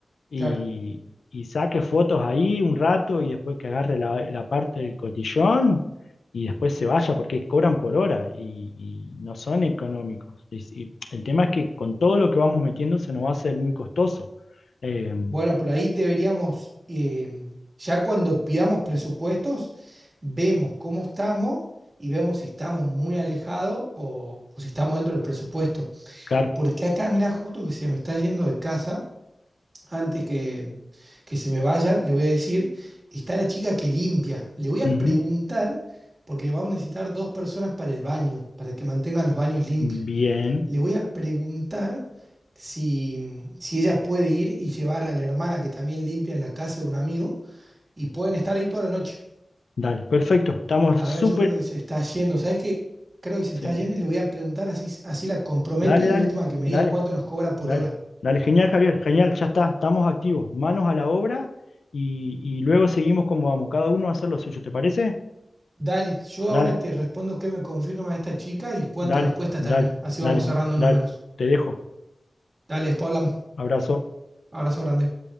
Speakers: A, on the left; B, on the right.
A: y,
B: claro.
A: y saque fotos ahí un rato y después que agarre la, la parte del cotillón y después se vaya porque cobran por hora y, y no son económicos. Y- y el tema es que con todo lo que vamos metiendo se nos va a hacer muy costoso. Eh,
B: Bueno, pero ahí deberíamos, eh, ya cuando pidamos presupuestos, vemos cómo estamos y vemos si estamos muy alejados o, o si estamos dentro del presupuesto.
A: Car-
B: Porque acá, mirá, justo que se me está yendo de casa antes que, que se me vaya, le voy a decir, está la chica que limpia. Le voy a
A: Ujú.
B: preguntar, porque vamos a necesitar dos personas para el baño, para que mantengan los baños limpios.
A: Bien,
B: Le voy a preguntar si, si ella puede ir y llevar a la hermana que también limpia en la casa de un amigo y pueden estar ahí toda la noche.
A: dale, perfecto, estamos
B: A
A: súper...
B: ver, yo creo que se está yendo. ¿Sabes qué? Creo que se
A: Sí,
B: está yendo y le voy a preguntar así, así la comprometo
A: dale,
B: y
A: dale,
B: de última que me
A: dale.
B: diga cuánto nos cobra por
A: Dale,
B: hora.
A: dale, genial, Javier, genial, ya está, estamos activos, manos a la obra y, y luego seguimos como vamos, cada uno a hacer lo suyo, ¿te parece?
B: Dale, yo
A: Dale,
B: ahora te respondo qué me confirma esta chica y cuánto
A: dale,
B: nos cuesta
A: dale,
B: también. Así
A: dale,
B: vamos cerrando
A: dale,
B: números.
A: te dejo,
B: Dale, después hablamos.
A: abrazo.
B: Abrazo grande.